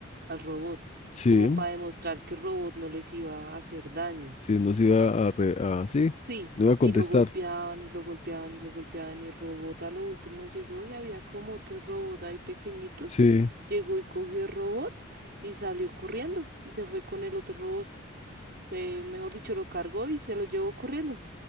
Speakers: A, on the right (about 55°); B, on the left (about 35°).
A: al robot,
B: sí,
A: como para demostrar que el robot no les iba a hacer daño.
B: sí, no se iba a, re- a- sí,
A: Sí,
B: no iba a contestar,
A: y lo golpeaban y lo golpeaban y lo golpeaban y el robot a lo último llegó y había como otro robot ahí pequeñito,
B: sí,
A: llegó y cogió el robot y salió corriendo y se fue con el otro robot. Eh, mejor dicho, lo cargó y se lo llevó corriendo.